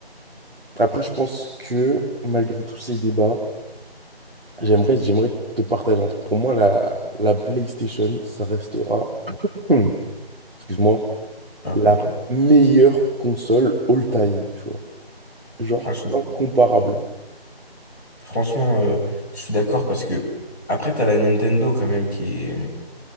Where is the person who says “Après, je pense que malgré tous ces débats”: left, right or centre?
Right